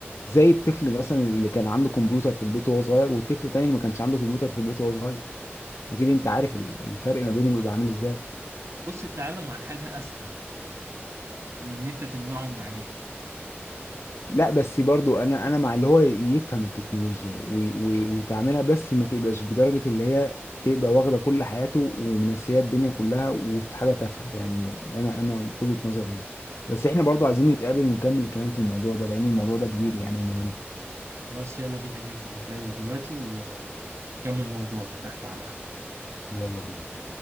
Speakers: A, on the left; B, on the right.
A: زي الطفل مثلا اللي كان عنده كمبيوتر في البيت وهو صغير والطفل تاني اللي ما كانش عنده كمبيوتر في البيت وهو صغير اكيد انت عارف ال- الفرق ما بينهم بيبقى عامل ازاي
B: بص التعلم عن حاجه اسهل من ان انت تمنعه من عليها
A: لا بس برضو انا انا مع اللي هو يفهم التكنولوجيا وي- وي- ويتعاملها بس ما تبقاش بدرجة اللي هي تبقى واخدة كل حياته ومنسية الدنيا كلها وفي حاجة تافهة يعني انا انا في وجهة نظري دي. بس احنا برضو عايزين نتقابل ونكمل الكلام في الموضوع ده لان الموضوع ده كبير يعني ومهم
B: خلاص يلا بينا ننزل نتقابل دلوقتي ونكمل موضوعنا تحت على القهوة
A: يلا بينا